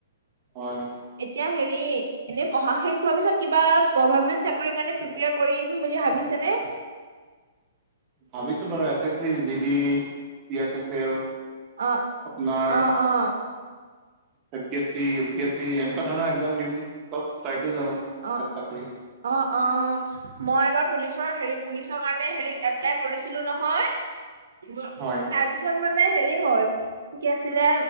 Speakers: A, on the right; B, on the right.
A: হয়
B: এতিয়া হেৰি এনে পঢ়া শেষ হোৱাৰ পিছত কিবা গভাৰমেন্ট চাকৰি কাৰণে প্ৰিপেয়াৰ কৰিম বুলি ভাবিছে নে?
A: ভাবিছো বাৰু S S C G D, C S S L
B: অ
A: আপোনাৰ
B: অ অ
A: A P S C, U P S C এনেকুৱা ধৰণৰ একজাম দিম চব ট্ৰাই কৰি জাম আও
B: অ
A: চেষ্টা কৰি
B: অ অ। মই এবাৰ পুলিচৰ হেৰি পুলিচৰ কাৰণে হেৰি এপ্লাই কৰিছিলো নহয়। <unintelligible>
A: হয়
B: তাৰপিছ ছত মানে হেৰি হ'ল কি আছিলে